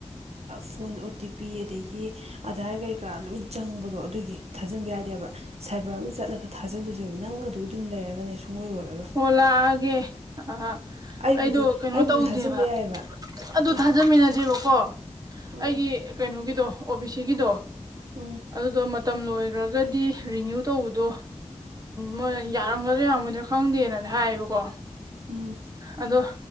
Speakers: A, on the right (about 65°); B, on the right (about 35°).
A: ꯐꯣꯟ ꯑꯣ ꯇꯤ ꯄꯤ ꯑꯗꯒꯤ ꯑꯙꯥꯔ ꯀꯩ ꯀꯔꯥ ꯂꯣꯏ ꯆꯪꯕꯗꯣ ꯑꯗꯨꯒꯤ ꯊꯥꯖꯤꯟꯕ ꯌꯥꯗꯦꯕ ꯁꯥꯏꯕꯔ ꯑꯃ ꯆꯠꯂꯒ ꯊꯥꯖꯤꯜꯂꯨꯁꯦꯕ ꯅꯪ ꯑꯗꯨ ꯑꯗꯨꯝ ꯂꯩꯔꯒꯅꯦ ꯁꯨꯡꯒꯣꯏ ꯑꯣꯏꯔꯒ
B: ꯍꯣ ꯂꯥꯛꯑꯒꯦ ꯑ
A: ꯑꯩꯕꯨꯗꯤ
B: ꯑꯩꯗꯣ ꯀꯩꯅꯣ
A: ꯑꯩꯕꯨꯗꯤ
B: ꯇꯧꯗꯦꯕ
A: ꯊꯥꯖꯤꯟꯕ ꯌꯥꯏꯑꯕ
B: ꯑꯗꯨ
A: ꯀꯩ
B: ꯊꯥꯖꯃꯤꯟꯅꯁꯦꯕꯀꯣ
A: ꯎꯝ
B: ꯑꯩꯒꯤ ꯀꯩꯅꯣꯒꯤꯗꯣ ꯑꯣ ꯕꯤ ꯁꯤꯒꯤꯗꯣ
A: ꯑꯣ
B: ꯑꯗꯨꯗꯣ ꯃꯇꯝ ꯂꯣꯏꯈ꯭ꯔꯒꯗꯤ ꯔꯤꯅ꯭ꯌꯨ ꯇꯧꯕꯗꯣ ꯃꯣꯏ ꯌꯥꯔꯝꯒꯗ ꯌꯥꯝ ꯈꯪꯗꯦꯅꯗꯤ ꯍꯥꯏꯌꯦꯕꯀꯣ
A: ꯎꯝ
B: ꯑꯗꯣ